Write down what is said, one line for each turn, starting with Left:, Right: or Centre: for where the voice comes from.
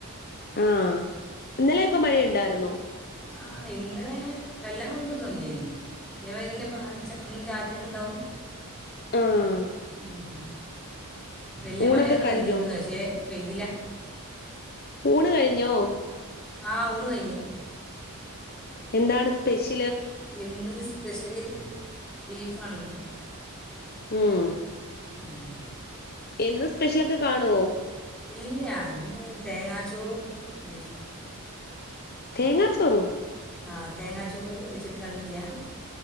Left: ആഹ് ഇന്നലെയൊക്കെ മഴയുണ്ടായിരുന്നോ
Centre: ആ ഇന്നലെ വല്ലാ ന്നൂല്ലേനി അതേമാതിരിന്നെ പാറിച്ച ഒന്ന് ചാറ്റല് ഉണ്ടാവും
Left: ആഹ്
Centre: ഉം വല്യ
Left: ഊണൊക്കെ
Centre: മഴ അങ്ങട്
Left: കഴിഞ്ഞോ
Centre: വന്നിരുന്നു പക്ഷെ പെയ്തില്ല.
Left: ഊണ് കഴിഞ്ഞോ?
Centre: ആ ഊണ് കഴിഞ്ഞ്
Left: എന്താണ് സ്പെഷ്യ
Centre: ഇന്ന് സ് സ്പെഷ്യല് ബീഫാണിന്ന്
Left: ഉം
Centre: ഉം
Left: എന്നും സ്പെഷ്യലൊക്കെ കാണോ?
Centre: ഇല്ല ഇന്ന് തേങ്ങാച്ചോറും ബീഫും
Left: തേങ്ങാ ചോറോ?
Centre: ആ തേങ്ങാച്ചോറ് വെച്ചിട്ട് കണ്ടില്ലാ?